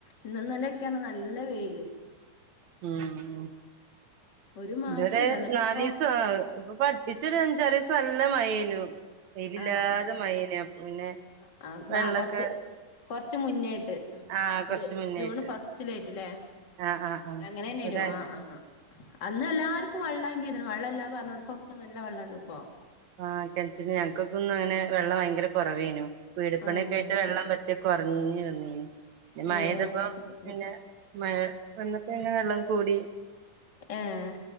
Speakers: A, on the left (about 35°); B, on the right (about 60°).
A: ഇന്നും ഇന്നലൊക്കെണ് നല്ല വെയ്ല്
B: ആഹ്
A: ഒരു മാറ്റൂല്ല
B: ഇത് വരെ
A: എന്നിട്ടിപ്പോ
B: നാലീസാ ഇപ്പൊ അട്പ്പിച്ച് ഒരു അഞ്ചാറീസം നല്ല മഴേനു വെയ്‌ലില്ലാതെ
A: ആഹ് ആഹ്
B: മഴേനു അപ്പ പിന്നെ
A: ആ
B: വെള്ളൊക്കെ
A: ആ കൊറച്ച് കൊറച്ച് മുന്നേ ആയിട്ട്
B: ആ കൊറച്ച്
A: ഒരു
B: മുന്നേയായിട്ട്
A: ജൂൺ ഫസ്റ്റിലായിട്ട് ലേ
B: ആ ആ ആ
A: അങ്ങനെന്നെനു
B: ഒരാഴ്ച
A: ആഹ് ആഹ് അന്ന് എല്ലാർക്കും വെള്ളം ആവും ചെയ്ത്ണ് വെള്ളം ഇല്ലാ പറഞ്ഞോൽക്കൊക്കെ നല്ല വെള്ളംണ്ട്പ്പോ
B: ആഹ് കെൻറ്റ്ന്ന് ഞങ്ങക്കൊക്കെന്നും അങ്ങനെ വെള്ളം ഭയങ്കര കൊറവേനു വീട് പണിയൊക്കെ
A: ആ
B: ആയിട്ട് വെള്ളം
A: ശരി
B: പറ്റെ കൊറഞ്ഞ് വന്നീനി പിന്നെ മഴ
A: ഏ
B: പെയ്തപ്പോ
A: അത് ശരി
B: പിന്നെ
A: ആ
B: മഴ വന്നപ്പം പിന്നെ വെള്ളം കൂടി
A: ഏഹ്